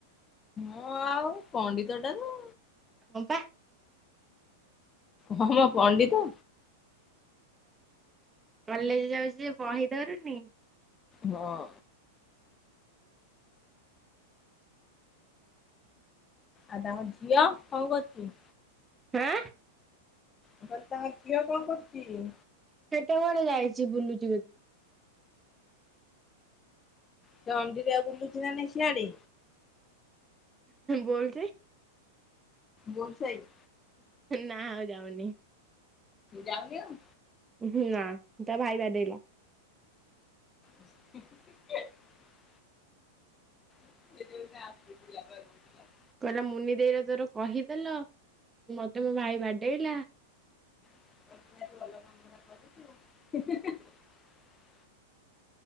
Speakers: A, on the left; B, on the right.
A: ହଁ ଆଉ ପଣ୍ଡିତ ଟା ତ
B: ହଁ ପା।
A: କମ ପଣ୍ଡିତ
B: କଲେଜ ଯାଉଛି ଯେ ବହିି ଦରୁନି,
A: ହଁ। ଆଁ ତାଙ୍କ ଝିଅ, କଣ କରୁଚି?
B: ହାଁ?
A: ମୁଁ କଇଲି ତାଙ୍କ ଝିଅ, କଣ କରୁଚି?
B: ସେଟା କୁଆଡେ ଯାଇଛି, ବୁଲୁଚି ବୋ
A: ସେ ଅଣ୍ଡିରା ଆଉ ବୁଲୁଚି ନା ନହିଁ ସିଆଡେ?
B: ବୋଲଚି।
A: ବୋଲ ଛେଇ।
B: ନା <inaudible>
A: ଯାଉନି ଆଉ?
B: ହୁଁ ନା, ତା ଭାଇ ବାଡେଇଲା।
A: <inaudible> <unintelligible>
B: କହିଲା, ମୁନି ଦେଇ ତୋର କହିଦେଲ ମତେ ମୋ ଭାଇ ବାଡେଇଲା।
A: <unintelligible>